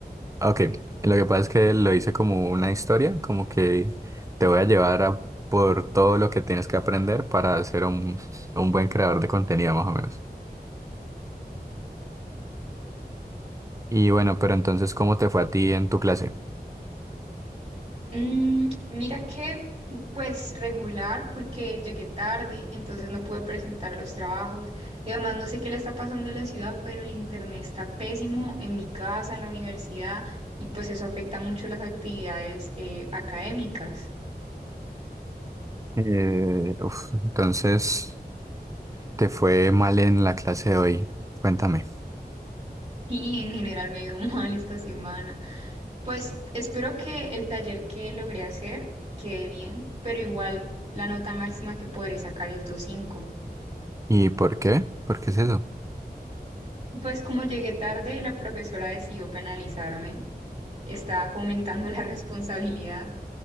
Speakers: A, on the right; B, on the right.
A: Ok, lo que pasa es que lo hice como una historia, como que te voy a llevar a por todo lo que tienes que aprender para ser un, un buen creador de contenido, más o menos. Y bueno, pero entonces, ¿cómo te fue a ti en tu clase?
B: mm, mira que, pues regular, porque llegué tarde, entonces no pude presentar los trabajos. Y además no sé qué le está pasando en la ciudad, pero el internet está pésimo en mi casa, en la universidad, y pues eso afecta mucho las actividades eh, académicas.
A: Eh, uf, entonces, ¿te fue mal en la clase de hoy? Cuéntame.
B: Y en general me ha ido <laughs> mal esta semana. Pues espero que el taller que logré hacer quede bien, pero igual la nota máxima que podré sacar es dos cinco.
A: ¿Y por qué? ¿Por qué es eso?
B: Pues como llegué tarde, la profesora decidió penalizarme, estaba fomentando <laughs> la responsabilidad.